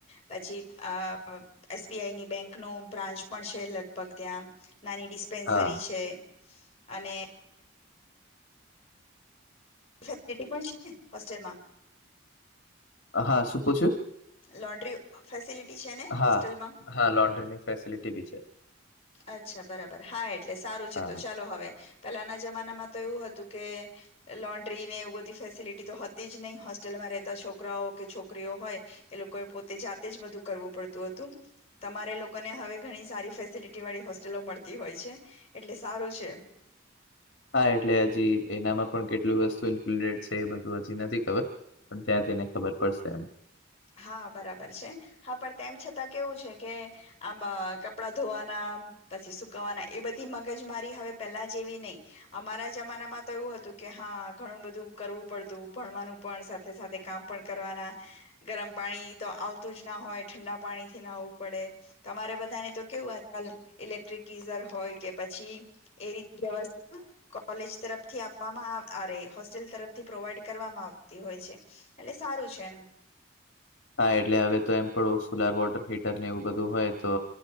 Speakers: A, on the left (about 30°); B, on the left (about 55°).
A: પછી અહ એસ બી આઈ ની બેંક નું બ્રાન્ચ પણ છે, લગભગ ત્યાં. નાની ડિસ્પેન્સરી
B: હા
A: છે અને ફેસિલિટી પણ છે, હોસ્ટેલમાં.
B: હા, શુ પૂછયુ?
A: લોન્ડ્રી ફેસિલિટી છે ને,
B: હા
A: હોસ્ટેલમાં?
B: હા લોન્ડ્રી ની ફેસિલિટી બી છે.
A: અચ્છા બરાબર હા એટલે સારું છે,
B: હા
A: તો ચાલો હવે પેલાના જમાનામાં તો એવું હતું, કે લોન્ડ્રી ને એવું બધી ફેસિલિટી તો હતી જ નહી, હોસ્ટેલમાં રહેતા છોકરાઓ કે છોકરીઓ હોય એ લોકોએ પોતે જાતે જ બધું કરવું પડતું હતું, તમારે એ લોકોને હવે ઘણી સારી ફેસિલટ ળી હોસ્ટેલો મળતી હોય છે, એટલે સારું છે.
B: હા એટલે હજી એનામાં પણ કેટલું ઇન્ક્લુડેડ છે, બધું હજી નથી ખબર ને ત્યાં જઈને પડશે એનું.
A: હા, બરાબર છે. હા પણ તેમ છતાં કેવું છે કે આમ અહ કપડા ધોવાના પછી સુકવવાના એ બધી મગજ મારી હવે પેલા જેવી નહી. અમારા જમાનામાં તો એવું હતું કે. હા, ઘણું બધું કરવું પડતું ભણવાનું. પણ, સાથે સાથે કામ પણ કરવાના. ગરમ પાણી તો આવતું જ ના હોય, ઠંડા પાણીથી ના આવવું પડે. તમારે બધાને તો કેવું ઇલેક્ટ્રિક ગીઝર હોય કે, પછી એ રી વ્યવસ્થા કોલેજ તરફથી આપવામાં અરે હોસ્ટેલ તરફથી પ્રોવાઈડ કરવામાં આવતી હોય છે. એટલે સારું છે, એમ.
B: હા, એટલે હવે તો એમ પણડું સોલર વોટર હીટર ને એવું બધું હોય, તો